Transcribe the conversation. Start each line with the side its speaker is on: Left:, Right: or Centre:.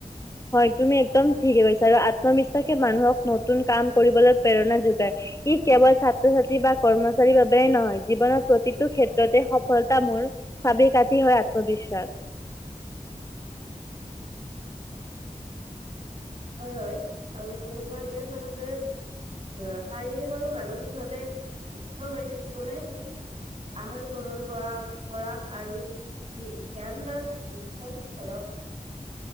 Left: হয় তুমি একদম ঠিকে কৈছা আৰু আত্মবিশ্বাসে মানুহক নতুন কাম কৰিবলৈ প্ৰেৰণা যোগায়। ই কেৱল ছাত্ৰ ছাত্ৰী বা কৰ্মচাৰীৰ বাবে নহয় জীৱনৰ প্ৰতিটো ক্ষেত্ৰতে সফলতা মোৰ চাবি কাঠি হয় আত্মবিশ্বাস <inaudible>
Right: হয় হয়। আৰু এনেকুৱা এতিয়া চাবা যে আহ শাৰীৰিক আৰু মানসিক ভাৱে সুস্থ হৈ থাকিবলৈ সঠিক আহাৰ গ্ৰহণ কৰা কৰা আৰু ধ্যান বা যোখখন কৰ